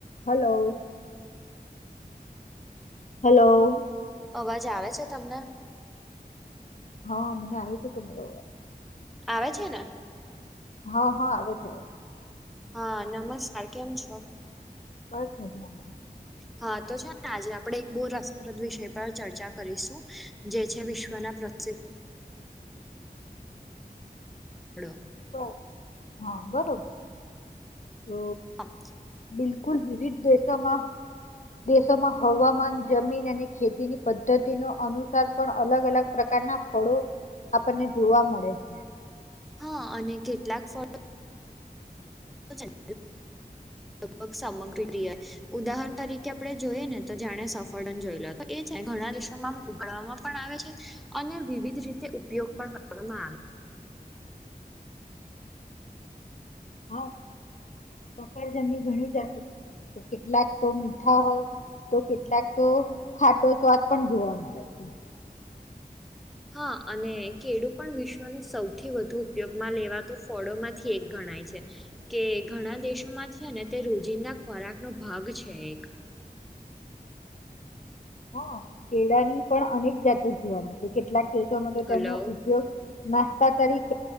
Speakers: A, on the left; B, in the centre.
A: hello hello
B: અવાજ આવે છે તમને
A: હા મને આવ છે તમારો
B: આવે છે ને
A: હા હા આવે છે આવે
B: હા નમસ્કાર કેમ છો
A: બસ મજા આવે
B: હા તો છે ને આજે આપડણે એક બહુ રસપ્રદ વિષય પર ચર્ચા કરીશું જે છે વિશ્વના પ્રસિદ્ધ પડો
A: બ હા બરોબર તો
B: હ
A: બિલકુલ વિવિધ દેશોમાં દેશોમાં હવામાન જમીન અને ખેતીની પદ્ધતિ નો અનુસાર પણ અલગ અલગ પ્રકારના થોડો આપણને જોવા મળે છે
B: હા અને કેટલાક ફળો છે ને લગભગ સામગ્રી રીએ ઉદાહરણ તરીકે આપડણે જોઈએ ને તો જાણે સફળડન જોય લો એ છે ઘણા દેશોમાં ઉગડવામાં પણ આવે છે અને વિવિધ રીતે ઉપયોગ પણ કરવામાં આવે છે
A: હા સફરજની ઘણી જાત કેટલાક તો મીઠા હોય તો કેટલાક તો ખાટો સ્વાદ પણ જોવા મળે છે
B: હા અને કેળું પણ વિશ્વનું સૌથી વધુ ઉપયોગમાં લેવાતું ફોળોમાંથી એક ગણાય છે કે ઘણા દેશોમાં છે ને તે રોજિંદા ખોરાક નો ભાગ છે એક
A: હા કેળા ની પણ અનેક જાતો જોવાની છે કેટલાક કેસોમાં તો તેનો
B: હલો
A: ઉપયોગ નાસ્તા તરીકે